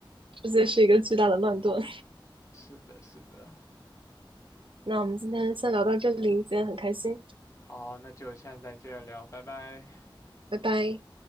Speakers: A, on the right (about 75°); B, on the left (about 35°).
A: 直接是一个巨大的乱炖。
B: 是的，是的。
A: <laughs> 那我们今天先聊到这里，今天很开心，
B: 好，那就下次再接着聊，拜拜。
A: 拜拜。